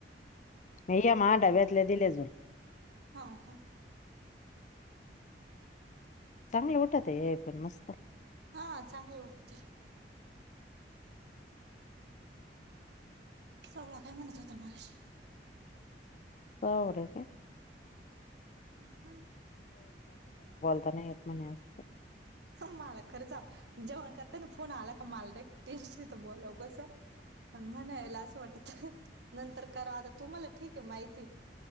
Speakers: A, on the left; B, on the right.
A: ह या महा डाब्यातल्या दिल्या अजून.
B: हा हा.
A: चांगलं उठत हे पण मस्त.
B: हा चांगले वाटतील सगळे काय म्हणत होते मगाशी?
A: औरे काय?
B: हम.
A: आता नाही यत म्हने अस.
B: मला खरंच जेवण करतांना फोन आला का मला लय टेन्शन येत बोलावं कसं? पण म्हणायला असं वाटत नंतर करा आता तुम्हाला ठीक आहे माहिती.